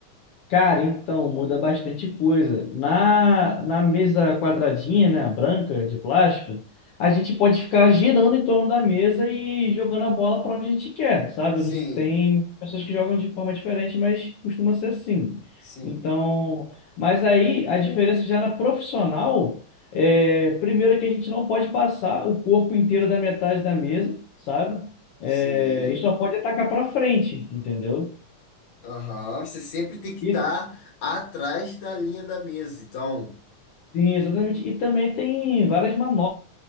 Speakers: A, on the left; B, on the left.
A: Cara, então, muda bastante coisa. Na, na mesa quadradinha, né, branca, de plástico, a gente pode ficar girando em torno da mesa e jogando a bola para onde a gente quer, sabe?
B: Sim,
A: Não se- Tem pessoas que jogam de forma diferente, mas costuma ser assim.
B: sim,
A: Então, mas aí a diferença já na profissional é, primeiro é que a gente não pode passar o corpo inteiro da metade da mesa, sabe? É,
B: sim.
A: e só pode atacar para frente, entendeu?
B: Aham. Você sempre tem que
A: E
B: estar atrás da linha da mesa. Então,
A: Sim, exatamente. E também tem várias manobras